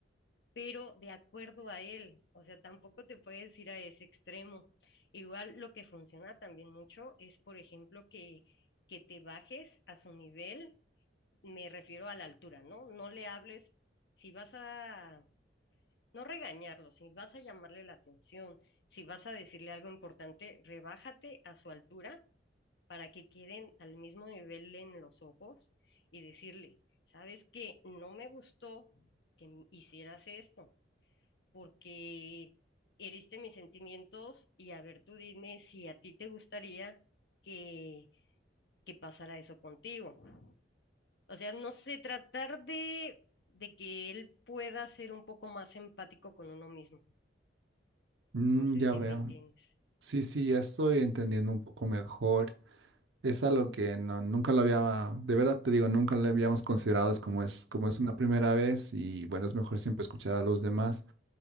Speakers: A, on the left; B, on the right.
A: pero de acuerdo a él, o sea, tampoco te puedes ir a ese extremo. Igual lo que funciona también mucho es, por ejemplo, que, que te bajes a su nivel, me refiero a la altura, ¿no? No le hables, si vas a, no regañarlo, si vas a llamarle la atención, si vas a decirle algo importante, rebájate a su altura para que queden al mismo nivel en los ojos y decirle, ¿sabes qué? No me gustó que hicieras esto porque heriste mis sentimientos y a ver, tú dime si a ti te gustaría que, que pasara eso contigo. O sea, no sé, tratar de, de que él pueda ser un poco más empático con uno mismo.
B: Mm,
A: No sé
B: ya
A: si
B: veo.
A: me entiendes.
B: Sí, sí, ya estoy entendiendo un poco mejor. Es algo que no, nunca lo había, de verdad te digo, nunca lo habíamos considerado, es como es, como es una primera vez y bueno, es mejor siempre escuchar a los demás.